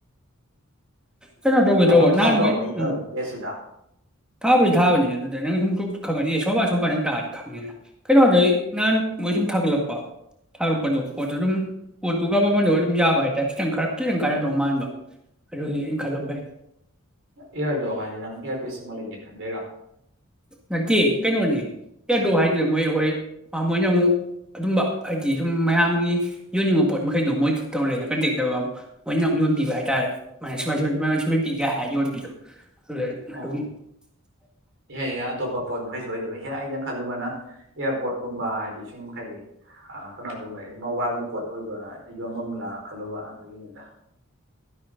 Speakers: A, in the centre; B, on the right (about 60°).
A: ꯀꯩꯅꯣ ꯇꯧꯒꯦ
B: ꯃꯐꯝ
A: ꯇꯧꯕ
B: ꯊꯥꯗ꯭ꯔꯣ
A: ꯅꯍꯥꯟ ꯃꯣꯏ
B: ꯀꯩꯅꯣꯗ
A: ꯎꯝ
B: ꯄꯦꯁꯇꯨꯗ
A: ꯊꯥꯕꯨꯗꯤ ꯊꯥꯕꯅꯤ ꯑꯗꯨꯗ ꯅꯪ ꯁꯨꯝ ꯈꯪꯉꯗꯤ ꯑꯦ ꯁꯣꯝꯕꯥ ꯁꯣꯝ ꯅꯪ ꯇꯥꯔꯗꯤ ꯈꯪꯉꯦꯅ ꯀꯩꯅꯣꯧꯗꯩ ꯅꯍꯥꯟ ꯃꯣꯏ ꯁꯨꯝ ꯊꯥꯒꯠꯂꯛꯄ ꯊꯥꯒꯠꯛꯄꯗꯣ ꯄꯣꯠꯇꯣ ꯑꯗꯨꯝ ꯄꯣꯠꯇꯨꯒꯕꯃꯟꯗꯨꯒ ꯑꯗꯨꯝ ꯌꯥꯕ ꯍꯥꯏꯇꯥꯔꯦ ꯈꯤꯇꯪ ꯈꯔ ꯈꯤꯇꯪ ꯀꯥꯟꯅꯗꯧ ꯃꯥꯟꯕ ꯑꯗꯨꯗꯤ ꯑꯩꯅ ꯈꯜꯂꯝꯃꯦ
B: ꯏꯌꯥꯔꯗ꯭ꯔꯣꯞ ꯍꯥꯏꯗꯤ ꯅꯪ ꯏꯌꯥꯔꯄꯤꯁ ꯑꯃ ꯂꯩꯒꯦ ꯈꯟꯕꯩꯔꯣ
A: ꯅꯠꯇꯦ ꯀꯩꯅꯣꯅꯦ ꯌꯥꯗ꯭ꯔꯣ ꯍꯥꯏꯗꯨꯅ ꯃꯣꯏ ꯑꯩꯈꯣꯏ ꯃꯣꯏꯅ ꯑꯃꯨꯛ ꯑꯗꯨꯝꯕ ꯍꯥꯏꯗꯤ ꯁꯨꯝ ꯃꯌꯥꯝꯒꯤ ꯌꯣꯟꯅꯤꯡꯕ ꯄꯣꯠ ꯃꯈꯩꯗꯣ ꯃꯣꯏꯗ ꯇꯧꯔꯦꯅ ꯀꯟꯇꯦꯛ ꯇꯧꯔꯒꯨ ꯃꯣꯏꯅ ꯑꯃꯨꯛ ꯌꯣꯟꯕꯤꯕ ꯍꯥꯏꯇꯥꯔꯦ ꯁꯃꯥꯏꯅ ꯁꯨꯃꯥꯏ ꯁꯨꯝꯥꯏ ꯁꯨꯃꯥꯏ ꯁꯨꯝꯍꯠꯄꯤꯒꯦ ꯍꯥꯏꯅ ꯌꯣꯟꯕꯤꯗꯣ <unintelligible>
B: ꯑꯣ ꯏꯍꯦ ꯏꯍꯦ ꯑꯇꯣꯞꯄ ꯄꯣꯠ ꯃꯈꯩꯁꯨ ꯑꯣꯏꯗꯤ ꯑꯣꯢ ꯍꯦ ꯑꯩꯅ ꯈꯜꯂꯨꯕꯅ ꯑꯦꯌꯥꯔꯄꯣꯔꯠꯀꯨꯝꯕ ꯁꯨꯝ ꯍꯥꯏꯗꯤ ꯀꯩꯅꯣꯒꯨꯝꯕ ꯃꯣꯕꯥꯏꯜꯒꯤ ꯄꯣꯠ ꯑꯣꯏꯕ ꯌꯣꯟꯚꯝ ꯂꯥ ꯈꯜꯂꯨꯕ ꯑꯗꯨꯒꯤꯅꯤꯗ